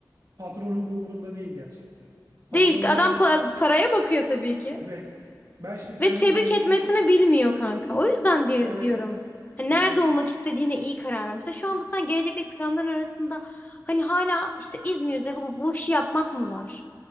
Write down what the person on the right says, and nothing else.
Patronun bu umurunda değil gerçekten. Patron
neye
bakıyor?
Evet. Ben şimdi kendimi
geliştireyim.
Evet.
Evet.